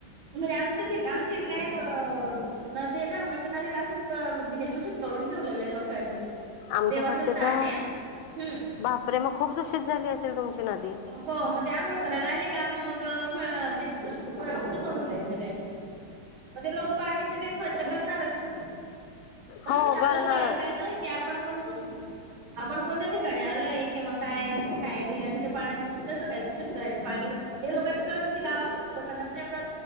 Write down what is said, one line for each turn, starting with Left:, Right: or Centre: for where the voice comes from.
Right: म्हणजे आमच्यात आमच्या इकडे आहे ब अ नदी हे ना, मग त्या नदीला अस प हे दूषित करून ठेवलेल हे लोकांनी.
Left: आमच्याकडचे
Right: देवाचं स्थान
Left: त,
Right: आहे हम्म
Left: बापरे मग खूप दूषित झाली असेल तुमची नदी?
Right: हो मग ते आघोळ करायला आले का, मग अ म्ह ते <unintelligible> ते सोडून जायच त्यांनी, म लोक बाकीचे ते स्वच्छ करणारच. पण
Left: हो
Right: म हे आपल्याला
Left: करणार
Right: कळायला पाहिजे ना कि हे आप आपण कोण, आपण कोणत्या ठिकाणी आलोय किंवा काय-काय न? नहीं अन त्या पाण्याचं कसं काय दूशित करायचं पाणी? हे लोकांना कळत नाही गावाकडचे लोकं ना एवढ